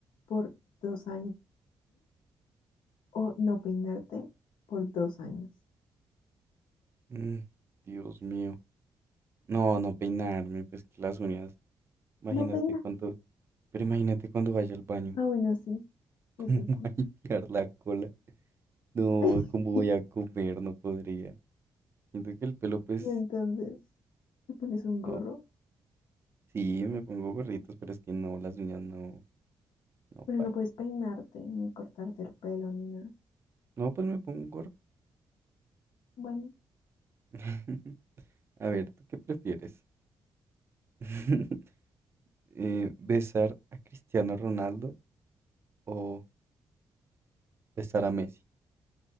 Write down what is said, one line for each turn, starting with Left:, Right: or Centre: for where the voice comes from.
Left: por dos años o no peinarte por dos años.
Right: mm, Dios mío. No, no peinarme, pues que las uñas. Imagínate
Left: No peinar.
Right: cuando, pero imagínate cuando vaya al baño.
Left: Ah, bueno, sí. Sí,
Right: <laughs> ¿Cómo
Left: sí,
Right: voy
Left: sí.
Right: a limpiar la cola? No,
Left: <laughs>
Right: ¿cómo voy a comer? No podría. Siento que el pelo, pues,
Left: Y entonces te pones un gorro,
Right: no, sí, me pongo gorritos, pero es que no, las uñas no, no
Left: pero
Right: baila.
Left: no puedes peinarte ni cortarte el pelo ni nada.
Right: No, pues me pongo
Left: Bueno,
Right: <laughs> A ver, ¿tú qué prefieres? <laughs> Eh, ¿besar a Cristiano Ronaldo o besar a Messi?